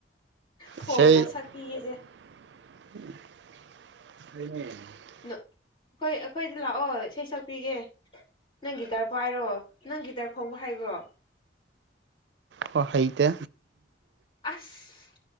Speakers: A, on the left (about 30°); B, on the right (about 75°).
A: ꯐꯣꯡꯅ
B: ꯏꯁꯩ
A: ꯁꯛꯄꯤꯒꯦꯁꯦ
B: <inaudible>
A: ꯑꯩꯈꯣꯏ ꯑꯩꯈꯣꯏꯗ ꯂꯥꯛꯑꯣ ꯏꯁꯩ ꯁꯛꯄꯤꯒꯦ ꯅꯪ ꯒꯤꯇꯔ ꯄꯥꯏꯔꯣ ꯅꯪꯒꯤꯇꯔ ꯈꯣꯡꯕ ꯍꯥꯏꯕ꯭ꯔꯣ
B: ꯍꯣ ꯍꯩꯇꯦ
A: ꯑꯁ